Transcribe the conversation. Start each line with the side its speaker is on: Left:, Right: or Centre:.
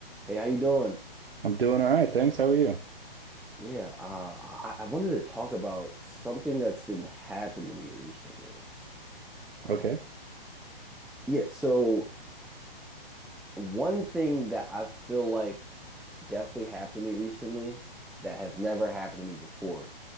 Centre: Hey, how you doing?
Right: I'm doing all right, thanks. How are you?
Centre: Yeah, uh, I, I wanted to talk about something that's been happening to me recently. Uh,
Right: Okay.
Centre: yeah, so one thing that I feel like definitely happened to me recently that has never happened to me before.